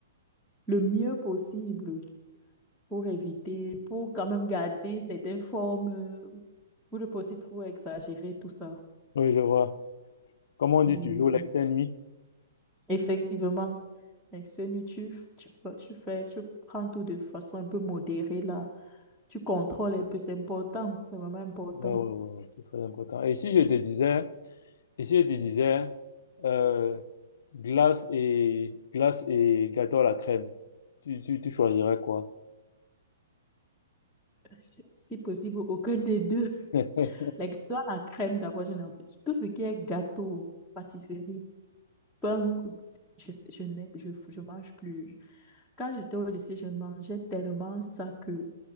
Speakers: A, in the centre; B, on the left (about 60°).
A: le mieux possible pour éviter, pour quand même garder certaines formes, euh, pour ne pas aussi trop exagérer tout ça.
B: Oui, je vois. Comme on dit
A: Oui,
B: toujours,
A: oui,
B: l'excès
A: oui.
B: nuit.
A: Effectivement. Avec ce nu, tu, tu, bah, tu fais, tu prends tout de façon un peu modérée, là. Tu contrôles un peu, c'est important. C'est vraiment important.
B: Ouais, ouais, ouais, ouais, c'est très important. Et si je te disais Ici, je te disais, euh, glace et, glace et gâteau à la crème. Tu, tu, tu choisirais quoi?
A: Si si possible, aucun des deux. <laughs>
B: <laughs>
A: Les gâteaux à la crème, d'abord, je n'aime pas. Tout ce qui est gâteau, pâtisserie, pain, je, sais- je, n'ai- je, je mange plus. Quand j'étais au lycée, je mangeais tellement ça que